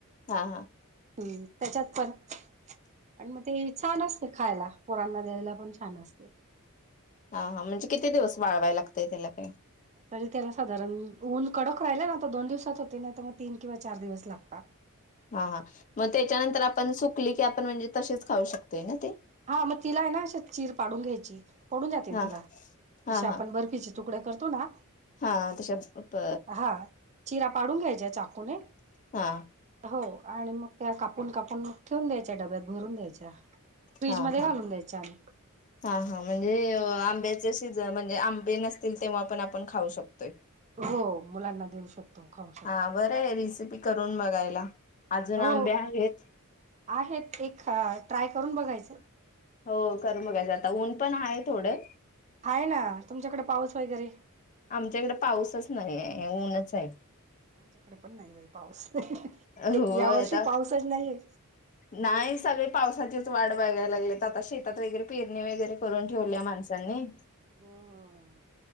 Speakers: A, on the left (about 35°); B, on the right (about 30°).
A: हा हा
B: हम्म त्याच्यात पण आणि मग ते छान असते खायला पोरांना द्यायला पण छान असते
A: हा हा म्हणजे किती दिवस वाळवाय लागतय त्याला काही
B: तरी त्याला साधारण ऊन कडक राहिला ना तर दोन दिवसात होते नाही तर मग तीन किंवा चार दिवस लागत
A: हा हा मग त्याच्यानंतर आपण सुकली की आपण म्हणजे तसेच खाऊ शकतोय ना ते
B: हा मग तिला आहे ना अ चचीर पाडून घ्यायची पडून जाते ना
A: हा
B: तिला
A: हा
B: जसे आपण
A: हा
B: बर्फीचे तुकडे करतो ना
A: हा तशा प
B: हा चिरा पाडून घ्यायच्या चाकूने
A: हा
B: हो आणि मग त्या कापून कापून ठेवून द्यायच्या डब्यात भरून द्यायच्या फ्रीज
A: हा
B: मध्ये
A: हा
B: घालून द्यायच्या आणि
A: हा हा म्हणजे आ आंब्याचे सीजन म्हणजे आंबे नसतील तेव्हा पण आपण खाऊ शकतोय
B: हो मुलांना देऊ शकतो खाऊ शकतो.
A: हा बरं आहे रेसिपी करून बघायला अजून
B: हो
A: आंबे आहेत
B: आहेत एक ट्राय करून बघायचं
A: हो कर बघायचं आता ऊन पण आहे थोडं
B: हाय ना तुमच्याकडे पाऊस होयैरे
A: आमच्याकडे पाऊसच नाही ऊनच आहे
B: आमच्याकडे पण नाही बाई पाऊस नाही
A: हो
B: यावर्षी
A: आता
B: पाऊसच नाहीये
A: नाही सगळे पावसाचीच वाढ बगायला लागली आता शेतात वगैरे पेरणी वगैरे करून ठेव माणसांनी
B: हम्म